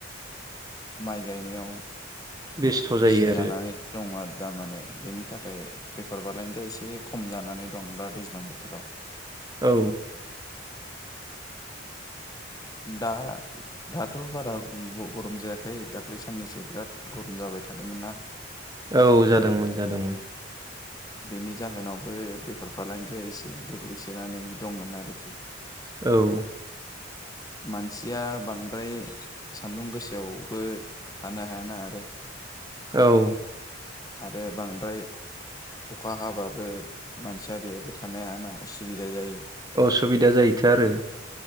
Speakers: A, on the left; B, on the right.
A: माइ गायनायाव
B: बेस्थ' जायो
A: बिजि
B: आरो
A: जानानै दङ आरो दा माने बेनि थाखाय बेफर फालांगिया एसे खम जानानै दं दा दैज्लां बोथोराव
B: औ
A: दा दाथ बारा गरम जायाखै दाख्लै साननैसो बिराद गरम जाबाय थादोंमोन नना।
B: औ जादोंमोन जादोंमोन
A: बेनि जाहोनावबो बेफार फालांगिया एसे गोग्लैसोनानै दंमोन आरोखि
B: औ
A: मानसिया बांद्राय सान्दुं गोसायावबो थानोा हायाना आरो।
B: औ
A: आरो बांद्राय अखा हाबाबो मानसिया बेहायबो थानो हाना उसुबिदा जायो।
B: असुबिदा जायोथो आरो